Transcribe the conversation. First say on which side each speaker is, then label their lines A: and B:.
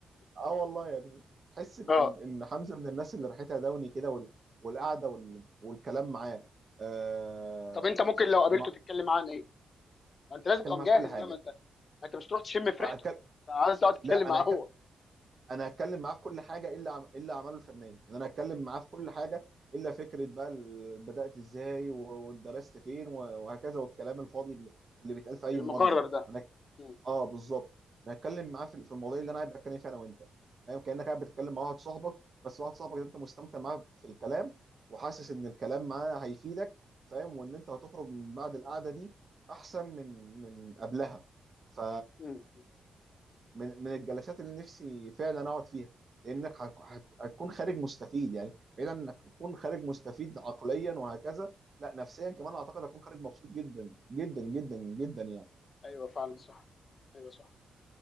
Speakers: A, on the right; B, on the left.
A: اه والله يعني بحس ان
B: اه
A: ان إن حمزه من الناس اللي ريحتها دوني كده وال... والقعده وال... والكلام معاه آه...
B: طب انت ممكن لو قابلته
A: ما...
B: تتكلم معاه عن ايه ما انت لازم
A: اتكلم
B: تبقى
A: معاه
B: مجهز
A: في كل حاجه
B: بقى ما انت ما انت مش تروح تشم في
A: أكل...
B: ريحته انت عايز تقعد تتكلم
A: لا
B: معاه
A: انا هك...
B: هو
A: انا هتكلم معاه في كل حاجه الا عم... الا اعماله الفنيه ان انا هتكلم معاه في كل حاجه الا فكره بقى ال... بدات ازاي و- واتدرست فين و... وهكذا والكلام الفاضي اللي اللي بيتقال في اي
B: المقرر
A: مقابله ده
B: ده
A: انا
B: مم.
A: اه بالظبط نتكلم معاه في في المواضيع اللي انا قاعد بتكلم فيها انا وانت فاهم كانك قاعد بتتكلم مع واحد صاحبك بس واحد صاحبك ده انت مستمتع معاه في الكلام وحاسس ان الكلام معاه هيفيدك فاهم وان انت هتخرج من بعد القعده دي احسن من من قبلها ف
B: مم.
A: من من الجلسات اللي نفسي فعلا اقعد فيها لانك هت- هت- هتكون خارج مستفيد يعني بعيد عن انك تكون خارج مستفيد عقليا وهكذا لا نفسيا كمان اعتقد هتكون خارج مبسوط جدا جدا جدا جدا يعني
B: ايوه فعلا صح ايوه صح